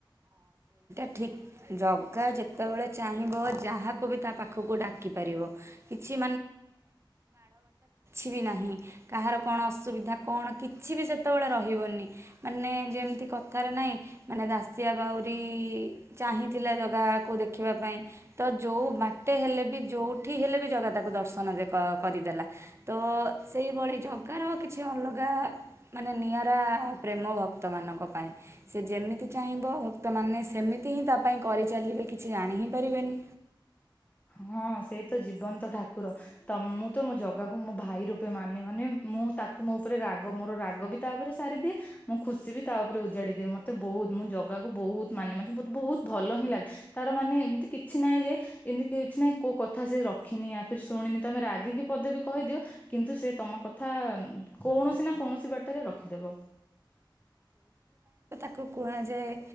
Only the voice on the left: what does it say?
ହଁ ସେତ ଜୀବନ୍ତ ଠାକୁର। ତ ମୁଁ ତ ମୋ ଜଗାକୁ ମୋ ଭାଇ ରୂପେ ମାନେ ମାନେ ମୁଁ ତାକୁ ମୋ ଉପରେ ରାଗ ମୋର ରାଗ ବି ତା ଉପରେ ସାରିଦିଏ। ମୁଁ ଖୁସି ବି ତା ଉପରେ ଉଜାଡି ଦିଏ। ମତେ ବହୁତ ମୁଁ ଜଗା କୁ ବହୁତ ମାନେ। ମାନେ ମତେ ବହୁତ ଭଲ ହିଁ ଲାଗେ। ତାର ମାନେ ଏମିତି କିଛି ନାହିଁ ଯେ ଏମିତି କିଛି ନାଇଁ କୋଉ କଥା ସେ ରଖିନି ଆ ଫିର ଶୁଣିନି। ତମେ ରାଗିକି ପଦେବୀ କହିଦିଅ କିନ୍ତୁ ସେ ତମ କଥା କୌଣସି ନା କୌଣସି ବାଟରେ ରଖିଦେବ।